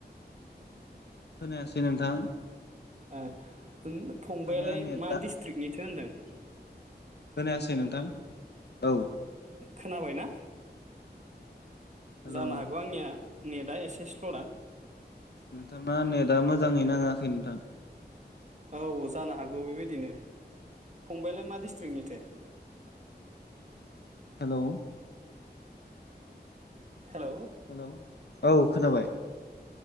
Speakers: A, on the left; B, on the right.
A: खोनायासै नोंथां।
B: ओ ओं फंबायालाय
A: नोंथांना नेटआ
B: मा डिस्ट्रिकनिथो होन्दों।
A: खोनायासै नोंथां औ।
B: खोनाबाय ना?
A: हेलौ
B: जानो हागौ आंनिया नेटआ एसे स्ल' दां
A: नोंथां ना नेद दा मोजाङै नाङाखै नोंथां
B: औ जानो हागौ बेबायदिनो फंबायलाय मा डिस्ट्रिक्निथो?
A: हेल
B: हेल'
A: हेल औ खोनाबाय